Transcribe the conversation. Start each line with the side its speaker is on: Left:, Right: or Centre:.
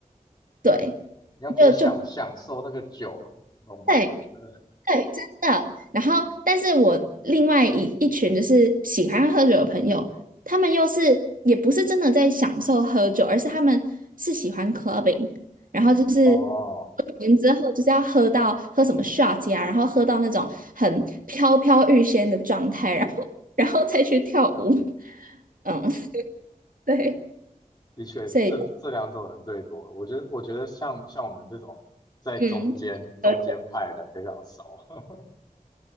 Right: 对，
Left: 你要可以享享受那个酒，
Right: 就就
Left: 懂吗？
Right: 对，
Left: 对
Right: 对，真的。然后，但是我另外一一群就是喜欢喝酒的朋友，他们又是也不是真的在享受喝酒，而是他们是喜欢 clubbing，然后就是
Left: 哦。
Right: 完之后就是要喝到喝什么 shots 呀，然后喝到那种很飘飘欲仙的状态，然后然后再去跳舞。嗯，<laughs> 对，
Left: 的确，
Right: 所以就
Left: 这这两种人最多。我觉得，我觉得像像我们这种在中间中间派的人非常少，
Right: 嗯，呃
Left: <laughs>